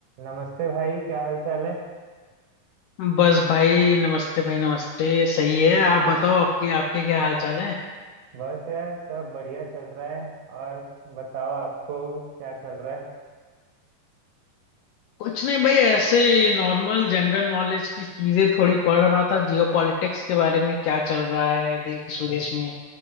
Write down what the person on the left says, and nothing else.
बस भाई नमस्ते भाई नमस्ते सही है आप बताओ आपके आपके क्या हाल चाल है
कुछ नहीं भाई ऐसे नॉर्मल जनरल नॉलेज की चीजें थोड़ी पढ़ रहा था जियोपॉलिटिक्स के बारे में क्या चल रहा है देश
विदेश में